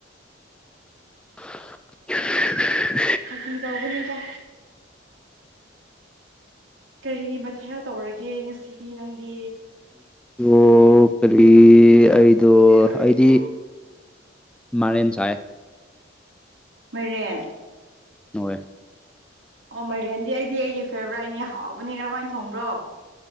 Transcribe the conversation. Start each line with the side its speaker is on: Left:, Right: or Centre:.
Centre: <unintelligible>
Right: ꯐꯥꯒꯤ ꯇꯧꯕꯅꯦꯗ ꯀꯔꯤ ꯃꯊꯦꯜ ꯇꯧꯔꯒꯦ ꯉꯁꯤꯗꯤ ꯅꯪꯗꯤ
Centre: ꯑꯣ ꯀꯔꯤ ꯑꯩꯗꯣ
Right: ꯑꯩꯗꯣ
Centre: ꯑꯩꯗꯤ ꯃꯥꯔꯦꯟ ꯆꯥꯢꯌꯦ
Right: ꯃꯥꯢꯔꯦꯟ
Centre: ꯍꯣꯏ
Right: ꯑꯣ ꯃꯥꯏꯔꯦꯟꯗꯤ ꯑꯩꯗꯤ ꯑꯩꯒꯤ ꯐꯦꯚꯣꯔꯥꯏꯠꯅꯦ ꯍꯥꯎꯕꯅꯦ ꯀꯔꯝꯍꯥꯏꯅ ꯊꯣꯡꯕ꯭ꯔꯣ